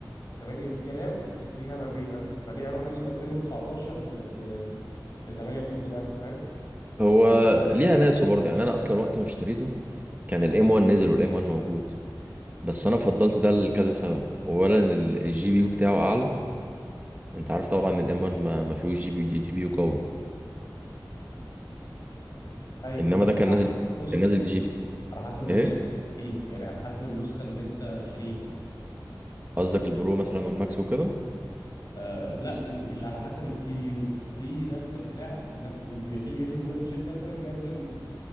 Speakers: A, on the left; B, on the right.
A: 8 جيجا رام اشتريها ب 40000 فليه اروح اجيب 2019 بت... ب ب 38000 فاهم
B: هو ليها ناسه برضو يعني أنا أصلا وقت ما اشتريته كان الام 1 نزل والام 1 موجود بس أنا فضلت ده لكذا سبب أولا ال- الجي بي يو بتاعه أعلى أنت عارف طبعا الام 1 ما ما فيهوش جي بي جي بي يو قوي
A: ايوه
B: إنما
A: بس
B: ده كان نازل
A: نسخه
B: كان نازل بجي بي
A: على حسب النسخه
B: إيه
A: اللي انت فيها يعني على حسب النسخه اللي انت شاريها
B: قصدك البرو مثلا والماكس وكده
A: آه لا م- مش على حسب السي بي يو في نفس البتاع نفس بيبقى في ام 4 تشيب مثلا نازل